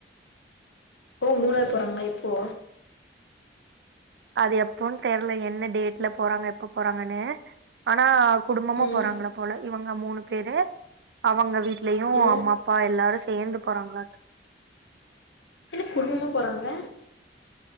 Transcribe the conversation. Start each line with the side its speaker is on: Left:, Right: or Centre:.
Left: ஓ மூணாறு போறாங்களா எப்போ.
Right: அது எப்போன்னு தெரியல என்ன டேட்ல போறாங்க எப்ப போறாங்கன்னு ஆனா. குடும்பமா
Left: ம்
Right: போறங்களா போல இவங்க. ங்க மூணு பேரு. அவங்க வீட். லயு
Left: அ
Right: அம்மா அப்பா எல்லாரு சேத். சேர்ந்து போறாங்களாட்டுக்.
Left: என்ன குடும்பமா போறாங்க.